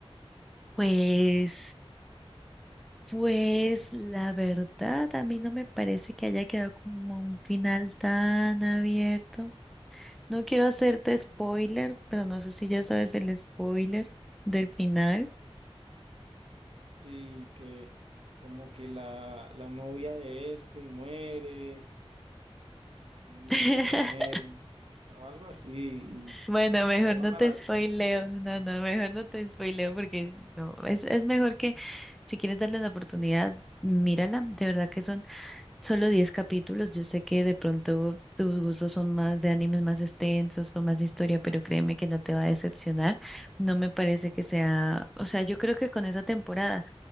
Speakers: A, in the centre; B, on the right (about 65°).
A: Pues, pues la verdad, a mí no me parece que haya quedado como un final tan abierto. No quiero hacerte spoiler, pero no sé si ya sabes el spoiler del final.
B: Sí, que como que la, la novia de este muere, sí,
A: <laughs>
B: creo que muere, o algo así,
A: Bueno, mejor
B: pero van
A: no te
B: a la...
A: spoileo.
B: sí.
A: No, no, mejor no te spoileo porque no, es, es mejor que si quieres darle la oportunidad, mírala. De verdad que son solo 10 capítulos. Yo sé que de pronto tus gustos son más de animes más extensos, con más historia, pero créeme que no te va a decepcionar. No me parece que sea, o sea, yo creo que con esa temporada.